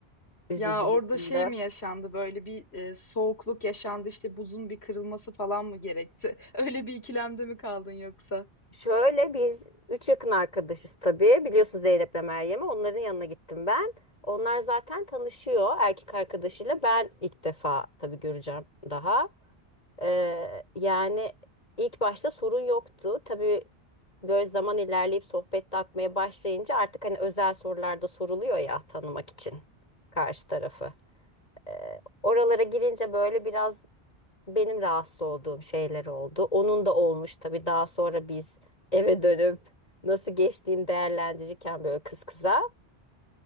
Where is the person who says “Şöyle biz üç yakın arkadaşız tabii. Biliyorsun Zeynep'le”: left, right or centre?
Left